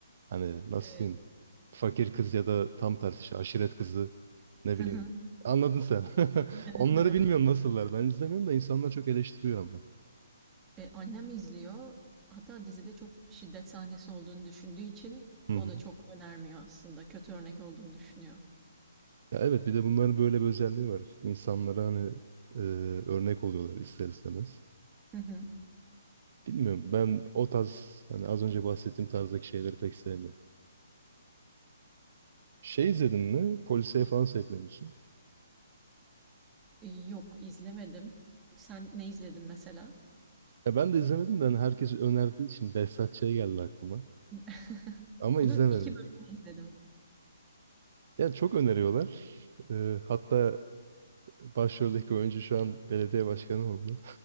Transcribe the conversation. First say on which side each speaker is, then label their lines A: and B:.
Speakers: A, on the right; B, on the right.
A: Hani nasıl
B: Eee,
A: diyeyim? Fakir kız ya da tam tersi işte aşiret kızı ne
B: hı
A: bileyim.
B: hı.
A: Anladın sen. <laughs>
B: Evet,
A: Onları
B: evet.
A: bilmiyorum nasıllar. Ben izlemiyorum da insanlar çok eleştiriyor ama.
B: Eee, annem izliyor. Hatta dizide çok şiddet sahnesi olduğunu düşündüğü için
A: Hı
B: o
A: hı.
B: da çok önermiyor aslında. Kötü örnek olduğunu düşünüyor.
A: Ya evet bir de bunların böyle bir özelliği var. İnsanlara hani e, örnek oluyorlar ister istemez.
B: Hı hı.
A: Bilmiyorum ben o tarz hani az önce bahsettiğim tarzdaki şeyleri pek sevmiyorum. Şey izledin mi? Polisiye falan seviyor musun?
B: İii, yok, izlemedim. Sen ne izledin mesela?
A: Ya ben de izlemedim de hani herkes önerdiği için Behzat Ç. geldi aklıma.
B: <laughs>
A: Ama
B: Onun
A: izlemedim.
B: 2 bölümünü izledim.
A: Ya çok öneriyorlar. Ee, hatta Başroldeki oyuncu şu an belediye başkanı oldu.